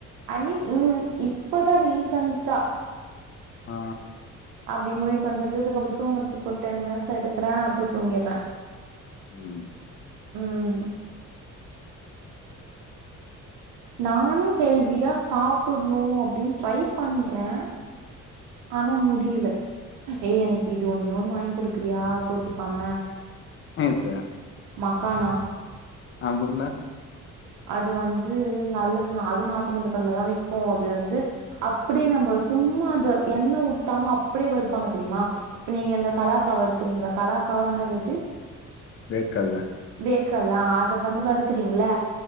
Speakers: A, on the right; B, on the left.
A: ஐ மீன் இன் இப்பதா ரீசன்டா
B: ஆ
A: அப்படி முழிப்பு வந்துடுது அதுக்கப்புறோ தூங்கறதுக்கு ஒரு டென் மினிட்ஸ் எடுக்கறே அப்புறோ தூங்கிட்றே
B: உம்
A: உம் நானும் ஹெல்தியா சாப்புட்ணு அப்டின்னு ட்ரை பண்றே ஆனா முடியல ஏய் எனக்கு இது ஒன்னே ஒன்னு வாங்கி குடுக்குறியா கோச்சிக்காம
B: என்ன இது
A: மக்கானா
B: அப்புட்ன்னா
A: அது வந்து நல்லது அதுவு நாட்டு மந்துக்கடயில தா விக்கும் அது வந்து அப்பிடியே நம்ம சும்மா அத எண்ணெ ஊத்தாம அப்டியே வறுப்பாங்க தெரியுமா நீ அந்த கலாக்கா வறுக்கறீங்க இல்ல கலாக்காவா என்னது அது
B: வேர்க்கல்ல
A: வேர்க்கல்ல ஆ அத வந்து வறுக்குறீங்கில்ல